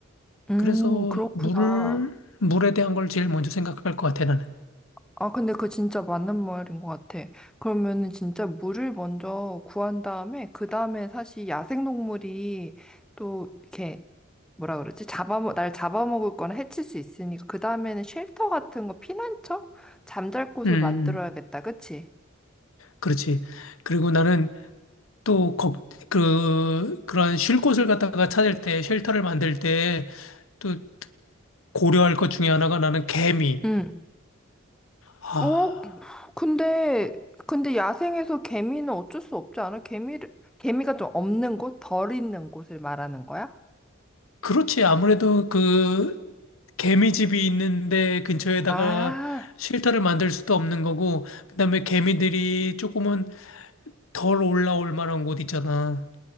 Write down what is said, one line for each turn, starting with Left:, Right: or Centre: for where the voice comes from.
Centre: 음,
Left: 그래서
Centre: 그렇구나.
Left: 물을 물에 대한 걸 제일 먼저 생각할 것 같아 나는.
Centre: 아, 근데 그거 진짜 맞는 말인 것 같아. 그러면은 진짜 물을 먼저 구한 다음에, 그 다음에 사실 야생동물이 또 이렇게, 뭐라 그러지? 잡아먹, 날 잡아먹을 거나 해칠 수 있으니까, 그 다음에는 쉘터 같은 거, 피난처? 잠잘 곳을
Left: 음,
Centre: 만들어야겠다,
Left: 음.
Centre: 그치?
Left: 그렇지. 그리고 나는 또 걱, 그, 그러한 쉴 곳을 갖다가 찾을 때, 쉘터를 만들 때 또 고려할 것 중에 하나가 나는 개미.
Centre: 응.
Left: 아.
Centre: 오, 근데, 근데 야생에서 개미는 어쩔 수 없지 않아? 개미를, 개미가 좀 없는 곳? 덜 있는 곳을 말하는 거야?
Left: 그렇지. 아무래도 그 개미집이 있는데 근처에다가
Centre: 아,
Left: 쉘터를 만들 수도 없는 거고, 그다음에 개미들이 조금은 덜 올라올 만한 곳 있잖아.